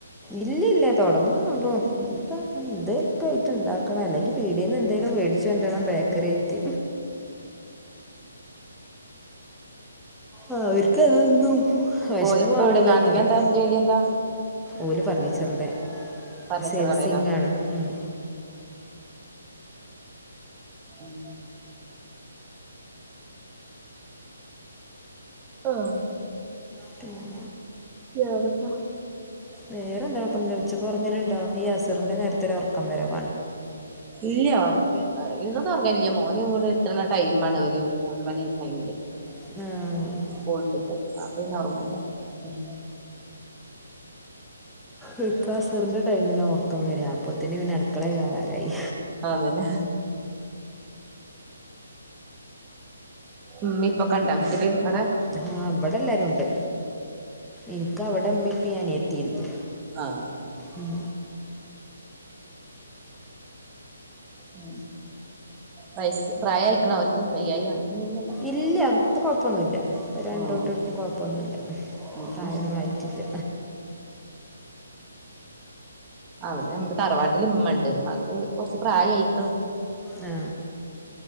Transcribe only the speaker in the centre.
ഇല്ലില്ല തുടങ്ങണൊള്ളൂ ഇപ്പ ണ്ട് ക്കായിട്ട് ഇണ്ടാക്കണം അല്ലെങ്കി പീടീയെന്ന് എന്തെലും വേടിച്ചു കൊണ്ടണം ബേക്കറി ആയിട്ട്. ആഹ് അവർക്ക് അതൊന്നും വെശപ്പ്
മാറൂലാന്ന്
പറിം.
ഓല് ഫർണിച്ചറിന്റെ
സെയിൽസിങ്ങാണ്
ഉം.
പിന്നെ
നേരെ എന്താ ഇപ്പന്ത ഉച്ചക്ക് ഒർങ്ങലിണ്ടാ ഈ അസറിന്റെ നേരത്തെൊ ഒരു ഒറക്കം വരും
ഹാ.
എനിക്കാണെ അസറിന്റെ ടൈമില ഒർക്കം വര അപ്പോത്തിന് പിന്നെ അടുക്കളെ കേറാനായി.
ആഹ് ഇബടെ എല്ലാരും ഇണ്ട് ഇൻക്ക് അവിടെ ഇമ്മിപ്പിം അനിയത്തിണ്ട്.
ഉം.
ഇല്ല ഇപ്പ കൊഴപ്പന്നുല്ല ഇപ്പ രണ്ടൂട്ടർക്കും
കൊഴപ്പന്നുല്ല
പ്രായൊന്നും
ആയി ട്ടില്ല.
ആ